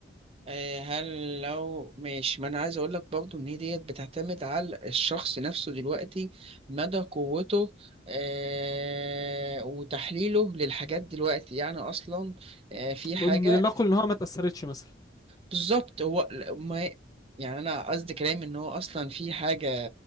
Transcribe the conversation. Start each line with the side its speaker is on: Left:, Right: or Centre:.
Right: آه، هل لو ماشي ما انا عايز اقول لك برضو ان هي ديت بتعتمد على الشخص نفسه دلوقتي مدى قوته آه وتحليله للحاجات دلوقتي يعني اصلا آه في
Left: م-
Right: حاجة
Left: لنقل ان هو ما تأثرتش مثلا
Right: بالظبط هو ل- ما يعني انا قصدي كلامي ان هو اصلا في حاجه